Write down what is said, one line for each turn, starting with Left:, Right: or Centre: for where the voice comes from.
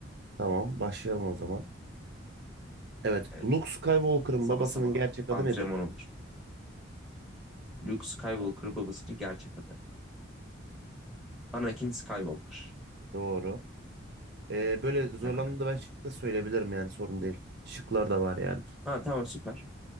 Right: Tamam başlayalım o zaman. Evet.
Centre: Evet.
Right: Luke Skywalker'ın
Centre: Sabah
Right: babasının
Centre: sabah
Right: gerçek adı
Centre: antrenman
Right: nedir?
Centre: olur. Luke Skywalker babasının gerçek adı. Anakin Skywalker.
Right: Doğru. Ee, böyle zorlandığında
Centre: <laughs>
Right: ben şık da söyleyebilirim yani sorun değil. Şıklar da var yani.
Centre: Ha tamam süper.